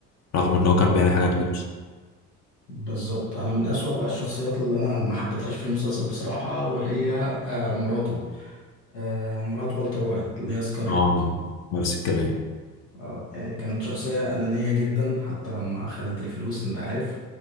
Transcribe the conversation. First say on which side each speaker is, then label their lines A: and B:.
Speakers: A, on the left (about 35°); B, on the left (about 80°).
A: رغم ان هو كان
B: أه،
A: بيعمل حاجات وحشه.
B: بالظبط أنا من أسوأ بقى الشخصيات اللي أنا ما حبيتهاش في المسلسل بصراحة وهي آه، مراته آه، مرات والتر وايت اللي هي سكارلت
A: اه نفس الكلام
B: اه يعني كانت شخصية أنانية جدا حتى لما خدت الفلوس أنت عارف